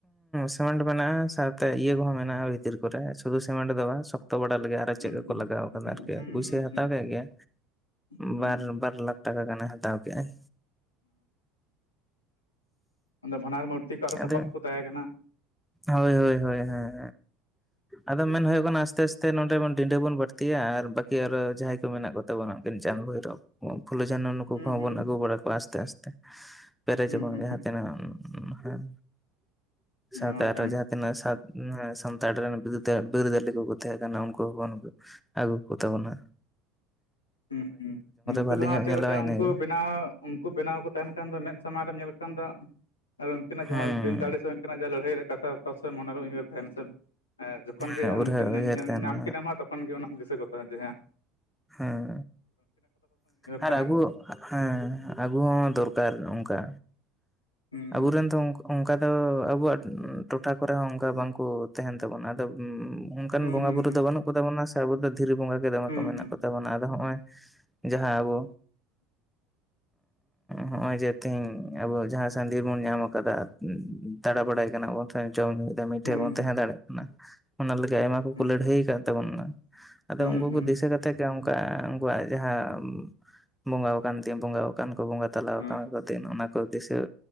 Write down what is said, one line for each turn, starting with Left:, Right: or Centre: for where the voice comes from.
Centre: ᱥᱤᱢᱮᱱᱴ ᱢᱮᱱᱟᱜᱼᱟ ᱥᱟᱶᱛᱮ ᱤᱭᱟᱹ ᱠᱚᱦᱚᱸ ᱢᱮᱱᱟᱜᱼᱟ ᱵᱷᱤᱛᱤᱨ ᱠᱚᱨᱮ ᱥᱩᱫᱷᱩ ᱥᱤᱢᱮᱱᱴ ᱫᱚ ᱵᱟᱝ ᱥᱚᱠᱛᱚ ᱥᱤᱫᱷᱩ ᱥᱩᱫᱷᱩ ᱥᱤᱴᱮᱴ ᱫᱚ ᱵᱟᱝ ᱥᱚᱠᱚᱛ ᱵᱚᱰᱟᱨ ᱞᱟᱹᱜᱤᱫ ᱟᱨ ᱪᱮᱫ
Left: ᱦᱩᱸ
Centre: ᱠᱚ ᱠᱚ ᱞᱟᱜᱟᱣ ᱟᱠᱟᱫᱟ ᱟᱨᱠᱤ
Left: ᱦᱩᱸ
Centre: ᱯᱩᱭᱥᱟᱭ
Left: ᱦᱩᱸ
Centre: ᱦᱟᱛᱟᱣ ᱠᱮᱫ ᱜᱮᱭᱟ᱾
Left: ᱦᱩᱸ
Centre: ᱵᱟᱨ ᱵᱟᱨ ᱞᱟᱠᱷ ᱴᱟᱠᱟ ᱜᱟᱱᱮ ᱦᱟᱛᱟᱣ ᱠᱮᱜᱭᱟᱭ
Left: ᱚᱱᱟ ᱵᱟᱱᱟᱨ ᱢᱩᱨᱛᱤ ᱠᱚ ᱟᱨᱚ
Centre: ᱟᱫᱚ
Left: ᱥᱟᱯᱟᱵ ᱠᱚ ᱛᱟᱦᱮᱸ ᱠᱟᱱᱟ
Centre: ᱦᱳᱭ ᱦᱳᱭ ᱦᱳᱭ ᱦᱳᱭ ᱟᱫᱚ ᱢᱮᱱ ᱦᱩᱭᱩᱜ ᱠᱟᱱᱟ ᱟᱥᱛᱮ ᱟᱥᱛᱮ ᱱᱚᱸᱰᱮ ᱰᱤᱰᱟᱹ ᱵᱚᱱ ᱵᱟᱹᱲᱛᱤᱭᱟ ᱟᱨ ᱵᱟᱹᱠᱤ ᱟᱨᱚ ᱡᱟᱦᱟᱸᱭ ᱠᱚ ᱢᱮᱱᱟᱜ ᱠᱚᱛᱟ ᱵᱚᱱᱟ ᱪᱟᱸ ᱵᱷᱳᱭᱨᱳ ᱯᱷᱩᱞᱳ ᱡᱟᱱᱚ ᱱᱩᱠᱩ
Left: ᱦᱩᱸ
Centre: ᱠᱚᱦᱚᱸ
Left: ᱦᱩᱸ
Centre: ᱵᱚᱱ ᱟᱹᱜᱩ ᱵᱟᱲᱟ ᱠᱚᱣᱟ ᱟᱥᱛᱮ ᱟᱥᱛᱮ ᱯᱮᱨᱮᱡᱟᱵᱚᱱ
Left: ᱦᱩᱸ ᱦᱩᱸ
Centre: ᱱᱤᱦᱟᱸ ᱛᱟᱱᱟᱜ ᱦ ᱦᱮᱸ
Left: ᱱᱟᱠᱚ
Centre: ᱥᱟᱶᱛᱮ ᱡᱟᱦᱟᱸ ᱛᱤᱱᱟᱹᱜ ᱥᱟᱱᱛᱟᱲ ᱨᱮᱱ ᱵᱤᱨᱫᱟᱹᱞᱤ ᱠᱚᱠᱚ ᱛᱟᱦᱮᱸ ᱠᱟᱱᱟ ᱩᱱᱠᱩ ᱦᱚᱸᱵᱚᱱᱩ ᱟᱹᱜᱩ ᱦᱩᱭᱠᱩᱜ ᱛᱟᱵᱚᱱᱟ
Left: ᱦᱸᱸ ᱩᱱᱠᱩ
Centre: ᱵᱷᱟᱞᱤ
Left: ᱫᱚ ᱦᱟᱸᱜ
Centre: ᱧᱚᱜ
Left: ᱪᱮᱫᱞᱮᱠᱟ
Centre: ᱧᱮᱞᱚᱜᱼᱟ ᱤᱱᱟᱹᱜᱮ
Left: ᱩᱱᱠᱩ ᱵᱮᱱᱟᱣ ᱩᱱᱠᱩ ᱵᱮᱱᱟᱣ ᱠᱚ ᱛᱟᱦᱮᱱ ᱠᱷᱟᱱ ᱫᱚ ᱢᱮᱫ ᱥᱟᱢᱟᱝ ᱨᱮᱢ ᱧᱮᱞ ᱠᱚᱣᱟ ᱠᱟᱱᱫᱚᱜ ᱟᱨ ᱩᱱᱠᱤᱱᱟᱜ
Centre: ᱦᱩᱸ,
Left: ᱡᱟᱦᱟᱸ ᱫᱤᱞ ᱫᱟᱲᱮ ᱥᱮ ᱩᱱᱠᱤᱱᱟᱜ ᱡᱟᱦᱟᱸ ᱞᱟᱹᱲᱦᱟᱹᱭ ᱨᱮ ᱠᱟᱛᱷᱟᱛ ᱥᱮ ᱢᱚᱱᱮᱨᱮ ᱩᱭᱦᱟᱹᱨ ᱛᱟᱦᱮᱱᱟ ᱥᱮ ᱡᱚᱠᱷᱚᱱ ᱜᱮᱢ
Centre: ᱦᱮᱸ ᱩᱨᱦᱟᱹ ᱩᱭᱦᱟᱹᱨ
Left: ᱧᱮᱞᱧᱟᱢᱟ
Centre: ᱛᱟᱦᱮᱱᱟ
Left: ᱛᱚᱠᱷᱚᱱ ᱜᱮ ᱚᱱᱟᱢ ᱫᱤᱥᱳᱭᱟ <unintelligible>
Centre: ᱦᱮᱸ ᱟᱨ
Left: ᱛᱟᱦᱮᱱᱟ
Centre: ᱟᱹᱜᱩ ᱦᱮᱸ ᱟᱹᱜᱩ ᱦᱚᱸ ᱫᱚᱨᱠᱟᱨ ᱚᱱᱠᱟ
Left: ᱦᱩᱸ
Centre: ᱟᱵᱚᱨᱮᱱ ᱫᱚ ᱚᱱᱠᱟ ᱫᱚ ᱟᱵᱚᱣᱟᱜ ᱴᱚᱴᱷᱟ ᱠᱚᱨᱮ ᱦᱚᱸ ᱚᱱᱠᱟ ᱵᱟᱝᱠᱚ ᱳ ᱛᱮᱦᱮᱧ ᱛᱟᱵᱚᱱ ᱟᱫ ᱚᱱᱠᱟᱱ
Left: ᱦᱩᱸ
Centre: ᱵᱚᱸᱜᱟ
Left: ᱦᱩᱸ
Centre: ᱵᱩᱨᱩ ᱫᱚ ᱵᱟ. ᱱᱩᱜ ᱠᱚᱛᱟ ᱵᱚᱱᱟ ᱥᱮ ᱫᱷᱤᱨᱤ ᱵᱚᱸᱜᱟ ᱜᱮ ᱫᱚᱢᱮ
Left: ᱦᱩᱸ
Centre: ᱠᱚ ᱢᱮᱱᱟ
Left: ᱦᱩᱸ
Centre: ᱠᱚᱵᱚᱱᱟ ᱟᱫ ᱦᱚᱸᱼᱚᱭ ᱡᱟᱦᱟᱸ ᱟᱵᱚ ᱦᱚᱸᱜᱼᱚᱭ ᱡᱮ ᱛᱮᱦᱤᱧ ᱟᱵᱚ ᱡᱟᱦᱟᱸ <unintelligible> ᱵᱚᱱ ᱧᱟᱢ ᱟᱠᱟᱫᱟ ᱫᱟᱬᱟ ᱵᱟᱲᱟᱭ ᱠᱟᱱᱟ ᱵᱚᱱ ᱪᱚᱝ ᱢᱤᱫᱫᱷᱣ ᱢᱤᱫᱴᱷᱮᱡ
Left: ᱦᱩᱸ
Centre: ᱵᱚᱱ
Left: ᱦᱩᱸ
Centre: ᱛᱟᱦᱮᱸ ᱫᱟᱲᱮᱭᱟᱜ ᱠᱟᱱᱟ ᱚᱱᱟ ᱞᱟᱹᱜᱤᱫ ᱟᱭᱢᱟ ᱠᱚᱠᱚ
Left: ᱦᱩᱸ
Centre: ᱞᱟᱹᱲᱦᱟᱹᱭ ᱟᱠᱟᱫ ᱛᱟᱵᱚᱱᱟ ᱟᱫᱚ
Left: ᱦᱩᱸ ᱦᱩᱸ
Centre: ᱩᱱᱠᱩ
Left: ᱦᱩᱸ
Centre: ᱠᱚ ᱫᱤᱥᱟᱹ ᱠᱟᱛᱮ ᱩᱱᱠᱩᱣᱟ ᱩᱱᱠᱩᱣᱟᱜ ᱡᱟᱦᱟᱸ ᱵᱚᱸᱜᱟ ᱟᱠᱟᱱ ᱛᱤᱧ ᱵᱚᱸᱜᱟ ᱟᱠᱟᱱ ᱠᱚ ᱵᱚᱸᱜᱟ ᱛᱟᱞᱟ
Left: ᱦᱩᱸ
Centre: ᱟᱠᱟᱱ ᱠᱚ ᱫᱤᱱ ᱚᱱᱟ ᱠᱚ ᱫᱤᱥᱟᱹ